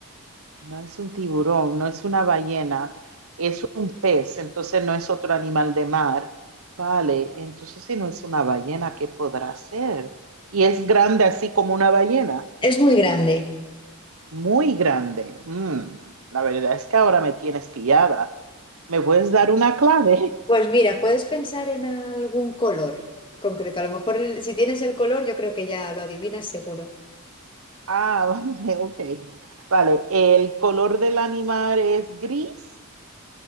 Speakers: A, on the right; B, on the left.
A: No es un tiburón, no es una ballena, es un pez, entonces no es otro animal de mar. Vale, entonces si no es una ballena, ¿qué podrá ser? Y es grande así como una ballena,
B: es muy grande.
A: muy grande. Mm, la verdad es que ahora me tienes pillada. ¿Me puedes dar una clave?
B: Pues
A: <laughs>
B: mira, puedes pensar en algún color concreto. A lo mejor el- si tienes el color, yo creo que ya lo adivinas seguro.
A: Ah, vale, ok. Vale, el color del animal es gris,